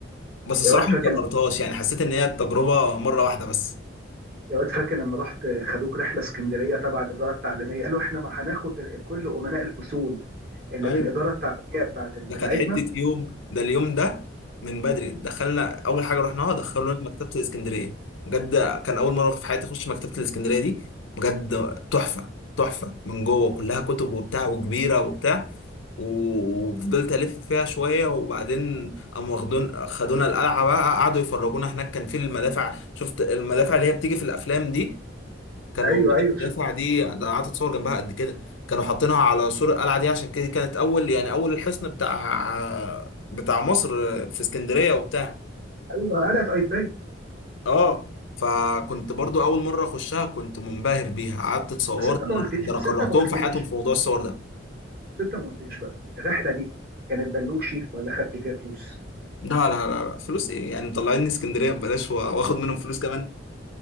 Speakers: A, on the left; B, on the right.
A: بس الصراحه
B: يا واد فاكر
A: ما كررتهاش يعني حسيت ان هي التجربه مره واحده بس
B: يا واد فاكر لما رحت خدوك رحله اسكندريه تبع الاداره التعليميه قالوا احنا ما هناخد كل امناء الفصول اللي
A: ايوه
B: في الاداره التعليميه بتاعت بتاعتنا
A: ده كان حتة يوم ده اليوم ده من بدري دخلنا أول حاجة رحناها دخلونا مكتبة الإسكندرية بجد كان أول مرة في حياتي أخش مكتبة الإسكندرية دي بجد تحفة تحفة من جوه كلها كتب وبتاع وكبيرة وبتاع و- وفضلت ألف فيها شوية وبعدين قاموا واخدون خدونا القلعة بقى قعدوا يفرجونا هناك كان في المدافع شفت المدافع اللي هي بتيجي في الأفلام دي كان
B: ايوه
A: موجود
B: ايوه شوف
A: المدافع دي انا قعدت اتصور جنبها قد كده كانوا حاطينها على سور القلعه دي عشان كده كانت اول يعني اول الحصن بتاع بتاع مصر في اسكندريه وبتاع
B: ايوه قلقت ايدباي
A: اه فكنت برضو اول مره اخشها كنت منبهر بيها قعدت اتصورت
B: بس انت
A: ده
B: ما قلتليش
A: ده
B: بس
A: انا كرهتهم
B: انت ما قلتليش
A: في حياتهم في موضوع الصور ده
B: بس انت ما قلتليش بقى الرحله دي كانت بلوشي ولا خدت فيها فلوس؟
A: لا لا لا لا فلوس ايه يعني مطلعيني اسكندريه ببلاش وا- واخد منهم فلوس كمان